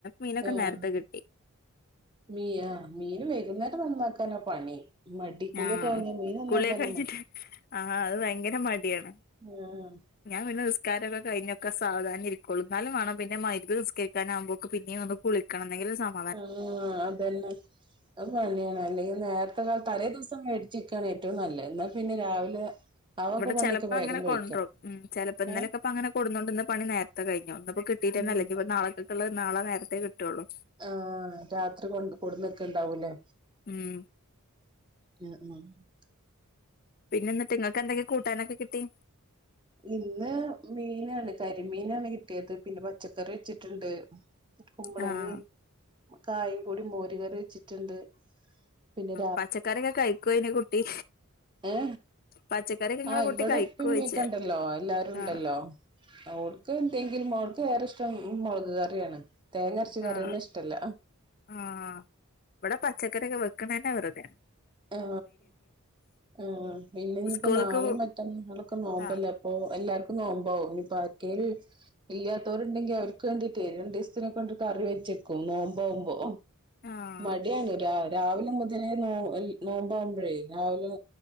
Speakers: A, on the left; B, on the right.
A: മീനൊക്കെ
B: ആഹ
A: നേരത്തെ കിട്ടി.
B: മീ ആ മീൻ വൈകുന്നേരം നന്നാക്കാനാ പണി മടി കുളിയൊക്കെ
A: ആഹ
B: കഴിഞ്ഞാ മീൻ നന്നാക്കാനാ
A: കുളിയൊ കഴിഞ്ഞിട്ട്
B: മടി
A: ആ അത് ഭയങ്കര മടിയാണ്
B: മ്മ്
A: ഞാൻ പിന്നെ നിസ്ക്കാരം ഒക്കെ കഴിഞ്ഞൊക്കെ സാധാനം ഇരിക്കുള്ളൂ എന്നാലും വേണം പിന്നെ മയ്യത്ത് നിസ്കരിക്കാനാവുമ്പോക്കും പിന്നെയും ഒന്ന് കുളി കണം നെങ്കിലെയേ സമാ
B: ആഹ അതന്നെ അത് പണിയാണ് അല്ലെങ്കിൽ നേരത്തെ കാല തലേ ദിവസം മേടിച്ചിരിക്കുകയാണ് ഏറ്റവും നല്ല എന്നാൽ പിന്നെ രാവിലെ ആവൊക്കെ
A: ഇവിടെ
B: പണിയൊക്കെ
A: ചെലപ്പോ
B: വേഗം
A: അങ്ങനെ
B: കഴിക്കാം
A: കൊണ്ടോറും ഉം ചിലപ്പോ ഇന്നലെ
B: ഏഹ്
A: അങ്ങനെ കൊണ്ട്റോന്ന്ണ്ട് പണി നേരത്തെ കഴിഞ്ഞു ഇന്ന്പ്പനി കിട്ടീട്ടന്നല്ല
B: ഉം
A: ഞ്ഞിപ്പോ നാളെക്കക്കുള്ള നാളെ നേരത്തെ കിട്ടള്ളൂ.
B: ആഹ രാത്രി കൊണ്ട് കൂടുന്നക്ക ഉണ്ടാവൂല്ലേ
A: ഉം
B: യ ആ <unintelligible>
A: പിന്നെ എന്നിട്ട് നിങ്ങൾക്ക് എന്തെക്ക കൂട്ടാനൊക്കെ കിട്ടി
B: ഇന്ന് മീനാണ് കരിമീനാണ് കിട്ടിയത് പിന്നെ പച്ചക്കറി വെച്ചിട്ടുണ്ട് കുമ്പളങ്ങയും
A: ആഹ്
B: കായും കൂടി മോരുകറി വെച്ചിട്ടുണ്ട് പിന്നെ
A: പച്ചക്കറിയൊക്കെ കഴിക്കുയോ അയ്‌ന് കുട്ടി
B: ഏ
A: പച്ചക്കറിയൊക്കെ ഇങ്ങളെ
B: ആഹ്
A: കുട്ടി
B: ഇവിടെപ്പിമ്മിക്കെ
A: കഴിക്കോയ്ച്ച
B: ഉണ്ടല്ലോ എല്ലാരും ഉണ്ടല്ലോ
A: ആഹ്
B: അവൾക്ക് എന്തെങ്കിലും അവൾക്ക് വേറെ ഇഷ്ടം മുളക് കറിയാണ് തേങ്ങരച്ച കറിയന്നെ
A: ആഹ്
B: ഇഷ്ടല്ല
A: ആഹ് ഇവിടെ പച്ചക്കറിയോക്കെ വെക്കുണത് തന്നെ വെറുതെയാ
B: ആ ആ പിന്നെ ഇനിയിപ്പോ
A: സ്കൂള്ക്ക്
B: നാളെ മറ്റന്നാളൊക്കെ നോമ്പല്ലേ
A: ആഹ്
B: അപ്പൊ എല്ലാർക്കും നോബാവും ഇനീപ്പോർകെങ്കിലും ഇല്ലാത്തവരുണ്ടെങ്കി അവർക്ക് വേണ്ടിട്ട് രണ്ട് ദിവസത്തിനകെ കറി വെച്ചേക്കും നോബാകുമ്പോ
A: ആഹ്
B: മടിയാണ് രാവിലെ മുതലേ നോ നോമ്പകുമ്പോഴേ രാവിലെ